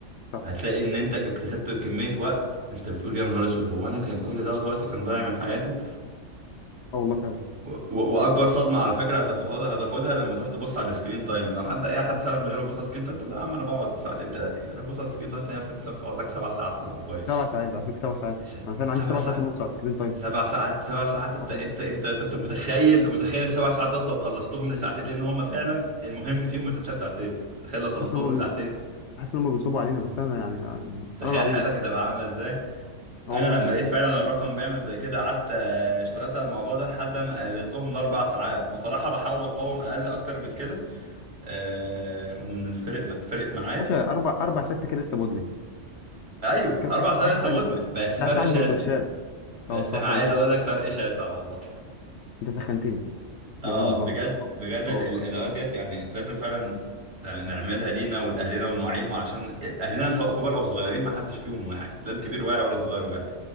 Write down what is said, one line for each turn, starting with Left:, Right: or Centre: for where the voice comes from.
Left: صح
Right: هتلاقي إن أنت اكتسبت كمية وقت أنت بتقول يا نهار أسود هو أنا كان كل دوت وقت كان ضايع من حياتي
Left: اه والله فعلا
Right: و- و- واكبر صدمه على فكره هتاخدها هتاخدها لما تروح تبص على السكرين تايم لو حد اي حد سالك من غير ما تبص على السكرين تايم تقول له يا عم انا بقعد ساعتين ثلاثه كده روح بص على السكرين تايم تلاقي نفسك مثلا بتقعد لك سبع ساعات على الموبايل
Left: سبع ساعات على فكره سبع ساعات
Right: إيه ده؟
Left: انا فعلا
Right: سبع
Left: عندي سبع
Right: ساعات
Left: ساعات ونص على سكرين تايم
Right: سبع ساعات سبع ساعات انت
Left: سبحان
Right: انت
Left: الله.
Right: انت انت أنت متخيل متخيل السبع ساعات دوت لو قلصتهم لساعتين لان هم فعلا المهم فيهم ما تزيدش عن ساعتين تخيل لو خلصتهم
Left: حاسس ان هم
Right: لساعتين
Left: بي- حاسس ان هم بينصبوا علينا بس انا يعني يعني
Right: تخيل
Left: انا العبيط
Right: حياتك هتبقى عامله ازاي
Left: اه
Right: انا
Left: والله
Right: لما لقيت فعلا الرقم بيعمل زي كده قعدت آه، اشتغلت على الموضوع ده لحد ما قللتهم لاربع ساعات بصراحه بحاول اقاوم اقل اكتر من كده آه رغم ان الفرق ما اتفرقت معايا
Left: باشا اربع اربع ست كده لسه مدمن
Right: ايوه
Left: انت كده
Right: اربع سنين
Left: عايز
Right: لسه
Left: حاجه
Right: مدمن بس فرق
Left: عايز حاجه
Right: شاسع
Left: بالبرشام
Right: بس
Left: اه الصراحه
Right: انا عايز
Left: فرقت
Right: اقول لك فرق شاسع والله
Left: انت سخنتني
Right: اه
Left: بامان بامان
Right: بجد بجد ال-
Left: اه
Right: الادوات ديت يعني لازم فعلا نعملها لينا ولاهلنا ونوعيهم عشان اهلنا سواء كبار او صغيرين ما حدش فيهم واعي لا الكبير واعي ولا الصغير
Left: آه.
Right: واعي